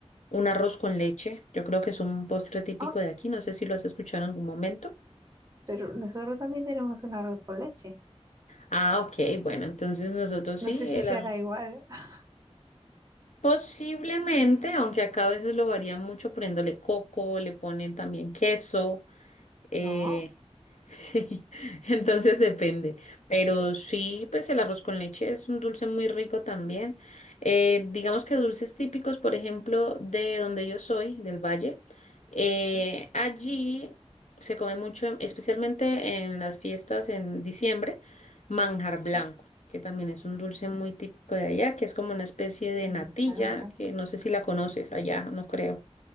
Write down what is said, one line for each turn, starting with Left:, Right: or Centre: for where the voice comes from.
Left: Un arroz con leche, yo creo que es un postre típico
Right: Ah,
Left: de aquí, no sé si lo has escuchado en algún momento.
Right: pero nosotros también tenemos un arroz con leche.
Left: Ah, ok, bueno,
Right: No
Left: entonces nosotros
Right: no
Left: sí,
Right: sé
Left: el
Right: si será
Left: arroz.
Right: igual. <laughs>
Left: Posiblemente, aunque acá a veces lo varían mucho poniéndole coco, le ponen también queso. Eh,
Right: No,
Left: <laughs> sí, entonces depende. Pero sí, pues el arroz con leche es un dulce muy rico también. Eh, digamos que dulces típicos, por ejemplo, de donde yo soy, del Valle, eh,
Right: sí,
Left: allí se come mucho, en- especialmente en las fiestas en diciembre, manjar
Right: sí.
Left: blanco, que también es un dulce muy típico de allá, que es como una especie de
Right: Manjar
Left: natilla,
Right: blanco.
Left: que no sé si la conoces allá, no creo.